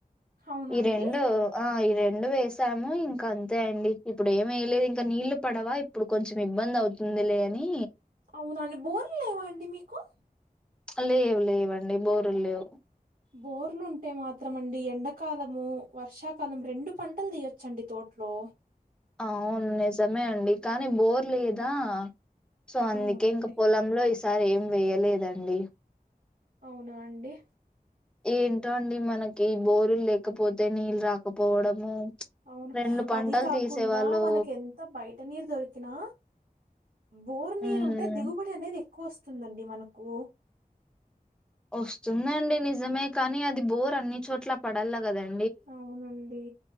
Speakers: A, on the right (about 65°); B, in the centre.
A: అవునా
B: ఈ
A: అండి
B: రెండు ఆ ఇరెం రెండు వేసాము ఇంకా అంతే అండి ఇప్పుడు ఏమి వయలేదు ఇంకా నీళ్లు పడవా ఇప్పుడు కొంచెం ఇబ్బంది అవుతుంది లే అని
A: అవునండి బోర్లు లేవా అండి మీకు
B: లేవు లేవండి బోరులు లేవు
A: బోర్లుంటే మాత్రమండి ఎండాకాలము వర్షాకాలం రెండు పంటలు తీయొచ్చండి తోట్లో
B: అవును నిజమే అండి కానీ బోర్ లేదా సో అందుకే
A: అవునండి
B: ఇంకా పొలంలో ఇ ఈసారీ ఏం వేయలేదండి
A: అవునా అండి
B: ఏంటో అండి మనకి బోరులు లేకపోతే నీళ్ళు రాకపోవడము
A: అవును
B: రెండు పంటలు
A: అది కాకుండా
B: తీసేవాళ్ళు
A: మనకి ఎంత బయట నీరు దొరికినా బోర్
B: ఉమ్
A: నీరు ఉంటే దిగుబడి అనేది ఎక్ ఎక్కువ వస్తుందండి మనకు
B: వస్తుందండి నిజమే కానీ అది బోర్ అన్ని చోట్ల పడల్లా కదం
A: అవునండి